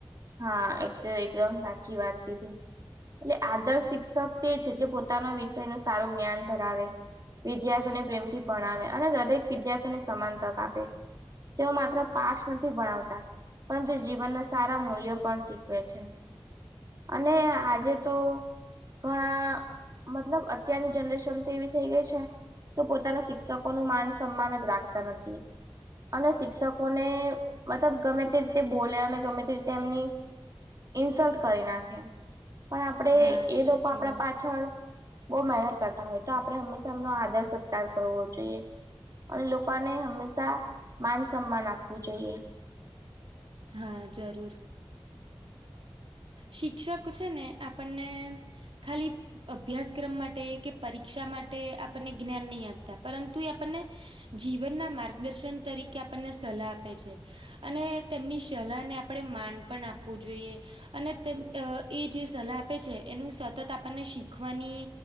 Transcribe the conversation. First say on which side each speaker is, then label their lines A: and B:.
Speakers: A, on the right (about 40°); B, on the right (about 80°).
A: હા એ તો એકદમ સાચી વાત કધી એટલે આદર્શ શિક્ષક તે છે જે પોતાના વિષય ન સારું જ્ઞાન ધરાવે વિદ્યાર્થીઓને પ્રેમથી ભણાવે અને દરેક વિદ્યાર્થીઓને સમાન તક આપે તેઓ માત્ર પાઠ નથી ભણાવતા પરંતુ જીવનના સારા મૂલ યો પણ શીખવે છે અને આજે તો ઘણા મતલબ અત્યારની જનરેશન તો એવી થઈ ગઈ છે તો પોતાના શિક્ષકો નું માન સન્માન જ રાખતા નથી અને શિક્ષકોને મતલબ ગમે તે રીતે બોલે અને ગમે તે તેમની ઇન્સલ્ટ કરી નાખે પણ આપડે
B: હા
A: એ
B: સાચી
A: લોકો આપણા
B: વાત.
A: પાછળ બોહ મહેનત કરતા હોય તો આપણે હંમેશા એમનો આદર સત્કાર કરવો જોઈએ અને લોકોને હંમેશા માન સન્માન આપવું જોઈએ
B: હા જરૂર શિક્ષક છે ને આપણને ખાલી અભ્યાસક્રમ માટે કે પરીક્ષા મા ટે આપણને જ્ઞાન નહીં આપતા પરંતુ એ આપણને જીવનના માર્ગદર્શન તરીકે આપણને સલાહ આપે છે અને તેમની સલાહ ને આપણે માન પણ આપવું જોઈએ અને તેમ એ જે સલાહ આપે છે એનું સતત આપણને શીખવાની